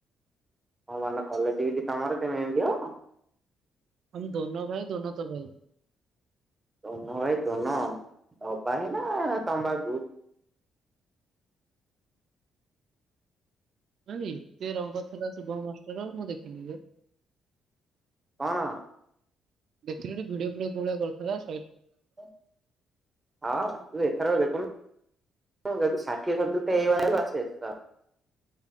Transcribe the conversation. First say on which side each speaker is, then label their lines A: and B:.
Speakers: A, on the right; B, on the right.
A: ହଁ <unintelligible> କଲେଜ ହେଇଚି ତମର ତମେ ଏମିତି ହବ
B: ହମ୍ ଦୋନୋ ଭାଇ ଦୋନୋ ତବାହି
A: ତନ ଭାଇ ତନ ଦବା ହି ନା ତମ୍ବାଖୁ
B: ହୋଇ ସେ ରଙ୍ଗ ଥିଲା ଶୁଭମ ମାଷ୍ଟର ମୁଁ ଦେଖିନି ରେ
A: କଣ?
B: ଦେଖିଲୁ ଭିଡିଓ ଫିଡିଓ କୋଉଭଳିଆ କରିଥିଲା?
A: ଓ ହଁ ତୁ ଏଥର ଦେଖୁନୁ ହ ଯଦି ଷାଠିଏ ସତୁରିଟା ଏଇ ମାନ ଆସେ ତ